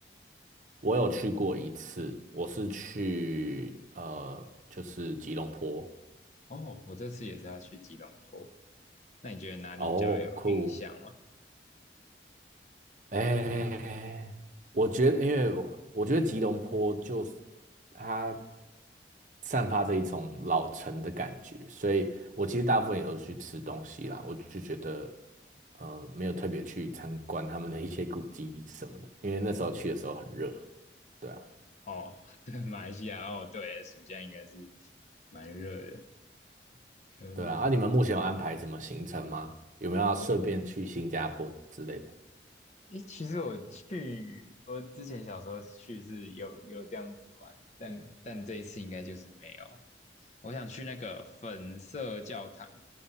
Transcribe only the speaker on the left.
哦，我这次也是要去吉隆坡。那你觉得哪里比较有印象吗？
哦
哦，<laughs> 对，马来西亚哦，对，暑假应该是蛮热的。可恶，
我诶，其实我去，我之前小时候去是有有这样子玩，但但这一次应该就是没有。我想去那个粉色教堂，